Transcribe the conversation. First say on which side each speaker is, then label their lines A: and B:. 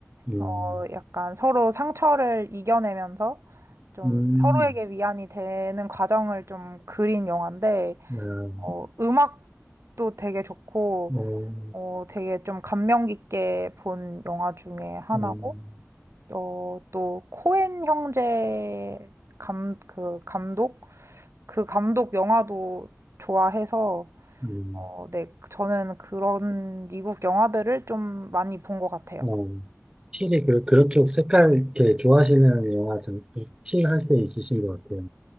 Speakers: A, on the right (about 20°); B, on the right (about 60°).
A: 음,
B: 어, 약간 서로 상처를 이겨내면서 좀
A: 음,
B: 서로에게 위안이 되는 과정을 좀 그린 영화인데,
A: 네,
B: 어, 음악도 되게 좋고,
A: 어,
B: 어, 되게 좀 감명 깊게 본 영화 중에 하나고,
A: 음,
B: 어, 또 코엔 형제 감, 그 감독 그 감독 영화도 좋아해서
A: 음,
B: 어, 네, 저는 그런 미국 영화들을 좀 많이 본 것 같아요.
A: 어. 확실히 그, 그런 쪽 색깔 이렇게 좋아하시는 영화 좀 확실히 할 때 있으신 것 같아요.